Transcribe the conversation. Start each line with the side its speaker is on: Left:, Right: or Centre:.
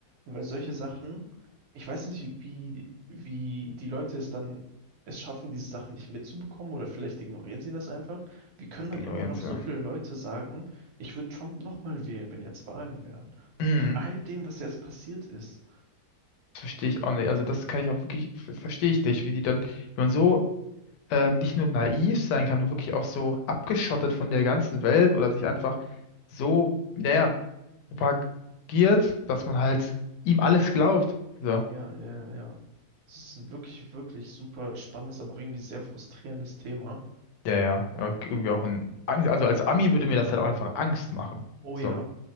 Right: und weil solche Sachen, ich weiß nicht, wie, wie die Leute es dann es schaffen, diese Sachen nicht mitzubekommen oder vielleicht ignorieren sie das einfach. Wie können dann
Left: Ignoranz,
Right: immer noch so
Left: ja.
Right: viele Leute sagen, ich würde Trump nochmal wählen, wenn jetzt Wahlen wären?
Left: Mhm.
Right: Nach all dem, was jetzt passiert ist.
Left: Das verstehe ich auch nicht. Also das kann ich auch wirklich, ver- verstehe ich nicht, wie die dann, wenn man so äh, nicht nur naiv sein kann, sondern wirklich auch so abgeschottet von der ganzen Welt oder sich einfach so, naja, propagiert, dass man halt ihm alles glaubt. So.
Right: Ja, ja, ja. Es ist ein wirklich, wirklich super spannendes, aber auch irgendwie sehr frustrierendes Thema.
Left: Ja, ja. Ja, irgendwie auch ein Angst. Also als Ami würde mir das halt auch einfach Angst machen.
Right: Oh
Left: So.
Right: ja,